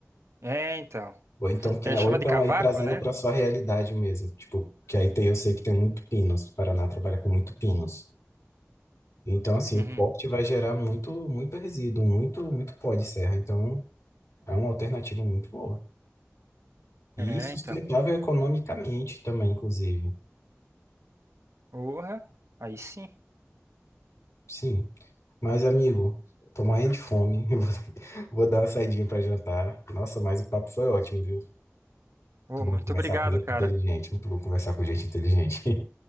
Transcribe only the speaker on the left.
Ou então, quem
é,
ou então
aí trazendo
para sua realidade mesmo. Tipo, que aí tem, eu sei que tem muito pinos. O Paraná trabalha com muito pinos. Então, assim,
o corte vai gerar muito, muito resíduo, muito, muito pó de serra. Então, é uma alternativa muito boa. E
sustentável
economicamente também, inclusive.
Sim. Mas, amigo, tô morrendo de fome. <laughs> Eu Vou, vou dar uma saidinha para jantar. Nossa, mas o papo foi ótimo, viu?
Muito
bom conversar
com gente
inteligente. Muito bom conversar com gente inteligente.